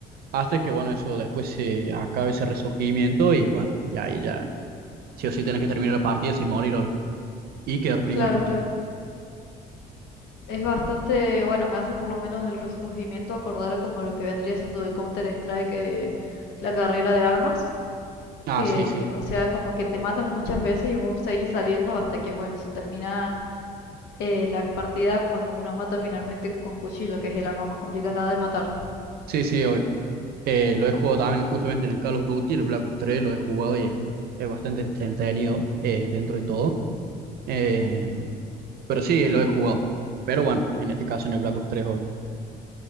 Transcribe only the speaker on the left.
claro, claro. Es bastante, bueno, me hace por lo menos del resurgimiento acordar como lo que vendría siendo del Counter-Strike, eh, la carrera de armas.
que,
me- o sea, como que te matan muchas veces y vos seguís saliendo hasta que, bueno, se termina eh, la partida cuando uno mata finalmente con cuchillo, que es el arma más complicada de matar.